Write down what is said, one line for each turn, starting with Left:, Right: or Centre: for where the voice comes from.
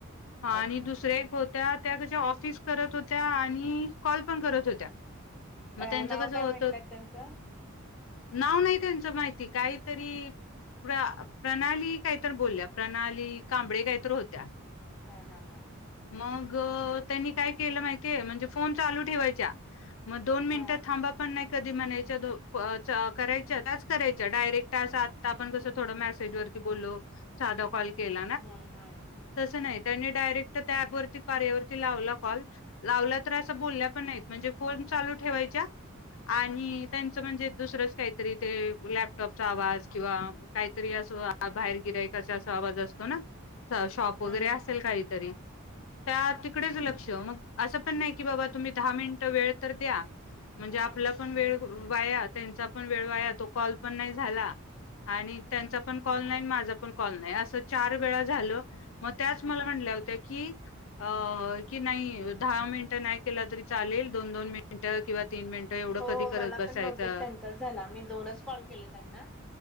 Left: हा आणि
Centre: ओके.
Left: दुसरे एक होत त्या क ऑफिस करत होत्या आणि कॉल पण करत होत्या मग
Centre: अ
Left: त्यांचं
Centre: नाव
Left: कसं
Centre: काय
Left: होतं
Centre: म्हटलंत त्यांचं
Left: नाव नाही त्यांचं माहिती काहीतरी प्र प्रणाली काहीत बोलल्या प्रणाली कांबळे काहीत होत्या
Centre: हम् हम हम
Left: अग त्यांनी काय केलं माहितीय म्हणजे फोन चालू ठेवायच्या मग दोन मिनिटात
Centre: हा
Left: थांबा पण नाही कधी मणा करायच्या त्याच करायच्या डायरेक्ट असं आता आपण कसं थोडं मेसेजवररती बोललो सादा कल
Centre: हम्म हम्म
Left: अस नाही डायरेक्ट त्या ॲपवरती कार्यावरती लावला कॉल लावला तर असं बोलल्या पण नाहीत म्हणजे फोन चालू ठेवायच्या आणि त्यांचं म्हणजे दुसरंच काहीतरी ते लॅपटॉपचा आवाज किंवा काहीतरी अस बाहेर गिराईकाचा असा आवाज असतो ना शॉप
Centre: हम्म
Left: वगैरे असेल
Centre: हम्म
Left: काहीतरी त्या तिकडेच लक्ष मग असं पण नाही की बाबा तुम्ही दहा मिनिटं वेळ तर द्या म्हणजे
Centre: हम्म.
Left: आपलं पण वेळ वाया त्याचा पण वेळ वाया तो काॅल पण नाही झाला आणि त्यांचा पण काॅल नाही माझा पण काॅल नाही अस चार वेळा झालं मग त्याच मला म्हणल्या होत्या की कि अ कि नाही दहा मिनिटं नाही केला तरी चालेल दोन दोन मिनट किंवा तीन मिनिटं एवढं
Centre: हो
Left: कधी
Centre: मला
Left: करत बसायचं
Centre: पण बहतेक त्यांचाच झाला मी दोनच कॉल केले त्यांना